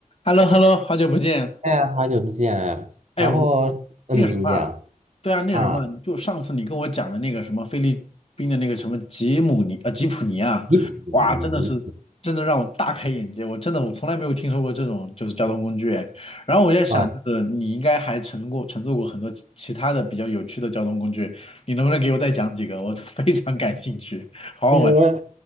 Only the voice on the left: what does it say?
h e l l o h e l l o 好久不见。
哎，
我
那个什么啊
对啊，那个什么，
就上次你跟我讲的那个什么菲律宾的那个什么吉姆尼呃吉普尼啊，
哇，真的是真的让我大开眼界，我真的我从来没有听说过这种就是交通工具哎然后我在想，
就是你应该还乘过乘坐过很多其其他的比较有趣的交通工具，你能不能给我再讲几个？我 <laughs> 非常感兴趣，好好玩。